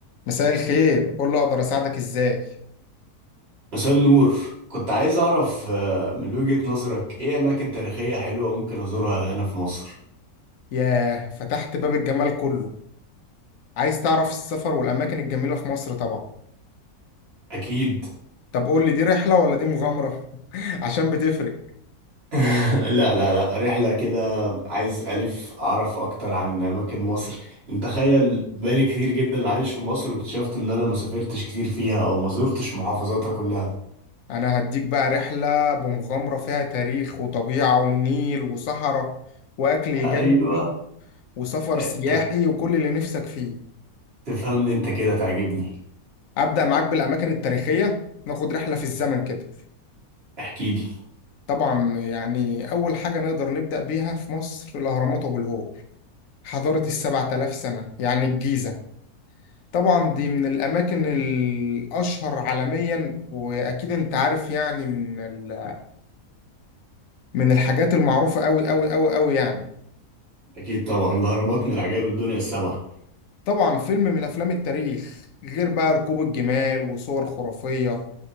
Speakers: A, on the left; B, on the right.
A: مساء الخير قول له اقدر اساعدك ازاي
B: مساء النور كنت عايز أعرف آه، من وجهة نظرك إيه أماكن تاريخية حلوة ممكن أزورها هنا في مصر؟
A: ياه فتحت باب الجمال كله عايز تعرف السفر والاماكن الجميله في مصر طبعا
B: أكيد
A: طب قول لي دي رحله ولا دي مغامره <laughs> عشان بتفرق
B: <laughs> لا لا لا رحلة كده عايز ألف أعرف أكتر عن أماكن مصر أنت تخيل بقالي كتير جدا عايش في مصر واكتشفت إن أنا ما سافرتش كتير فيها أو ما زرتش محافظاتها كلها
A: انا هديك بقى رحله بمغامره فيها تاريخ وطبيعه ونيل وصحراء واكل يجنن
B: أيوه
A: وسفر
B: أنت
A: سياحي وكل اللي نفسك فيه
B: تفهمني أنت كده تعجبني
A: ابدا معاك بالاماكن التاريخيه ناخد رحله في الزمن كده
B: احكيلي
A: طبعا يعني اول حاجه نقدر نبدا بيها في مصر الاهرامات وابو الهول حضارة السبع آلاف سنة يعني الجيزة طبعا دي من الأماكن الأشهر عالميا وأكيد أنت عارف يعني من ال- من الحاجات المعروفة أوي أوي أوي أوي يعني
B: أكيد طبعا الأهرامات من عجائب الدنيا السبعة
A: طبعا فيلم من أفلام التاريخ غير بقى ركوب الجمال وصور خرافية